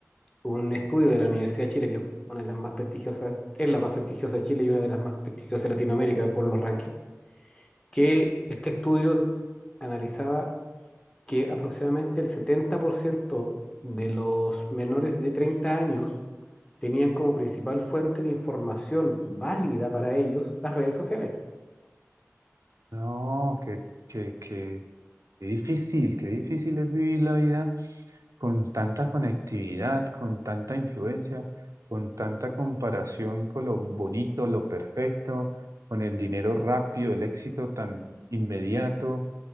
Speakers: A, on the left (about 20°); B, on the right (about 80°).
A: un estudio de la Universidad de Chile, que es una de las más prestigiosas, es la más prestigiosa de Chile y una de las más prestigiosas de Latinoamérica por los rankings, que este estudio analizaba que aproximadamente el 70% de los menores de 30 años tenían como principal fuente de información válida para ellos las redes sociales.
B: No, qué, qué, qué, qué difícil, qué difícil es vivir la vida con tanta conectividad, con tanta influencia, con tanta comparación con lo bonito, lo perfecto, con el dinero rápido, el éxito tan inmediato.